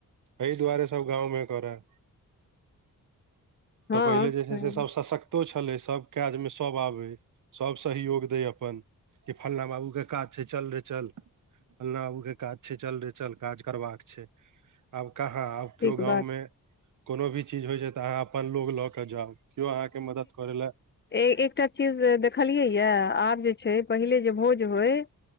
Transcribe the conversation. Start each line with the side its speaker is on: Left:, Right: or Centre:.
Right: एहि दुआरे सब गाँवमे करै।
Left: हँ
Right: तऽ पहिले जे
Left: सही
Right: छै से सब सशक्त तो छलै सभ काजमे सभ आबै, सभ सहयोग दै अपन कि फल्लाँ बाबूके काज छै, चल रे चल। फलना बाबू के काज छै, चल रे चल काज करबाक छै। आब कहाँ आब
Left: ठीक
Right: केओ गाँव
Left: बात
Right: में कोनो भी चीज होइ छै तऽ अहाँ अपन लोग लऽ के जाउ। केओ अहाँके मदद करे लए
Left: ए एकटा चीज देखलियै यए? आब जे छै पहिले जे भोज होय